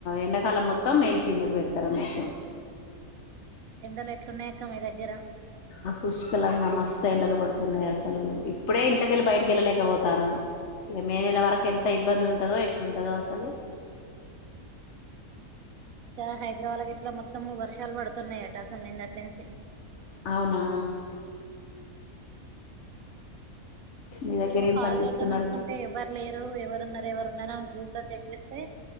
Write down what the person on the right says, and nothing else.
ఎండలు ఎట్లున్నాయక్క మీ దగ్గర
అవును
గా హైదరాబాద్ గిట్లా మొత్తం వర్షాలు పడుతున్నాయట అసలు నిన్నటి నుంచి
ఇగ
కాల్
చేేద్దాం
అనుకుంటే
ఎవ్వరు లేరు ఎవరున్న ఎవరున్నన్నారో అని గ్రూప్ లో చెక్ చేస్తే